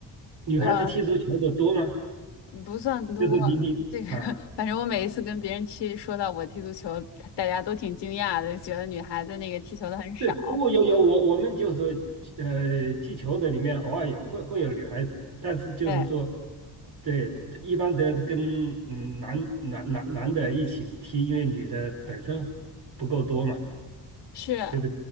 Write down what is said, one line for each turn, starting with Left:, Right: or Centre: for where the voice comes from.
Right: 女孩子踢足球的多吗？
Left: 我不算多，
Right: 就是你你啊
Left: 这个 <laughs> 反正我每一次跟别人踢，说到我踢足球，大家都挺惊讶的，觉得女孩子那个踢球的很少。
Right: 对，我有有我我们就是说，呃，踢球的里面偶尔有会会有女孩子，但是就是说，
Left: 对，
Right: 对，一般的跟嗯男男男男的一起踢，因为女的本身不够多嘛，
Left: 是。
Right: 就是